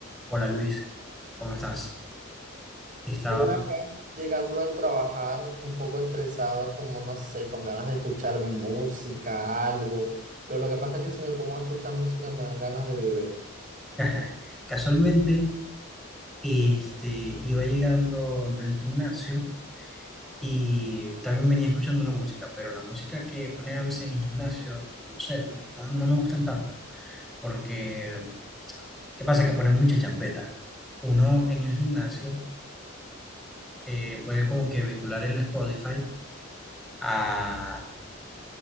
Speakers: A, in the centre; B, on the right.
A: Hola Luis, ¿cómo estás? Estaba
B: Uno acá, llegando del trabajar, un poco estresado, como no sé, con ganas de escuchar música, algo. Pero lo que pasa es que si me pongo a escuchar música me dan ganas de beber.
A: <laughs> casualmente, este, iba llegando del gimnasio y también venía escuchando una música, pero la música que ponen a veces en el gimnasio, no sé, no, no- no me gustan tanto, porque ¿qué pasa? Que ponen mucha champeta. Uno en el gimnasio eh, puede como que vincular el Spotify a,